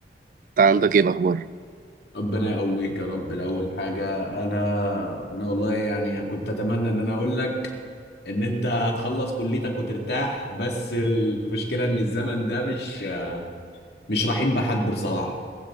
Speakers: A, on the right; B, on the left.
A: انت عندك ايه الاخبار
B: ربنا يقويك يا رب الاول حاجه انا انا والله يعني كنت اتمنى ان انا اقول لك ان انت هتخلص كليتك وترتاح بس المشكله ان الزمن ده مش مش رحيم بحد بصراحه